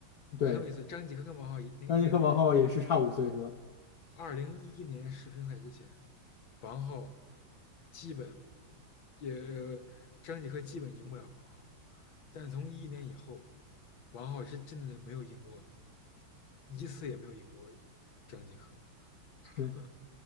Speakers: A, on the left; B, on the left.
A: 对，
B: 很有意思，张继科跟王浩也那那个也差五岁。
A: 让尼克王浩也是差五岁是吧？
B: 二零一一年世乒赛之前，王浩基本也呃张继科基本赢不了王浩，但从一一年以后，王浩是真的没有赢过一次，也没有赢过张继科，
A: 是，
B: <laughs>